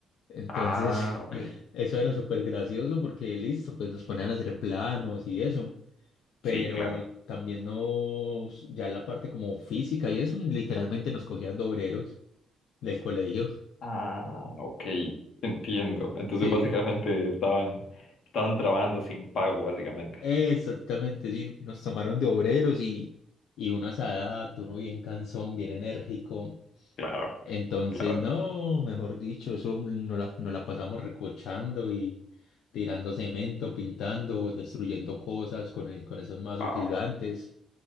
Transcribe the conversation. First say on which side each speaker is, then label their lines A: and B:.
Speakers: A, on the left; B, on the left.
A: Entonces,
B: Ah, ok.
A: <laughs> eso era súper gracioso porque listo, pues nos ponían a hacer planos y eso,
B: Sí,
A: pero
B: claro.
A: también nos, ya la parte como física y eso, literalmente nos cogían de obreros del colegio. <laughs>
B: Ah, ok, entiendo. Entonces
A: Sí,
B: básicamente estaban, estaban trabajando sin pago, básicamente.
A: exactamente, sí, nos tomaron de obreros y, y una asada, uno bien cansón, bien enérgico.
B: Claro,
A: Entonces,
B: claro.
A: no, mejor dicho, eso nos la, nos la pasamos recochando y tirando cemento, pintando, destruyendo cosas con, el- con esos mazos
B: Wow,
A: gigantes.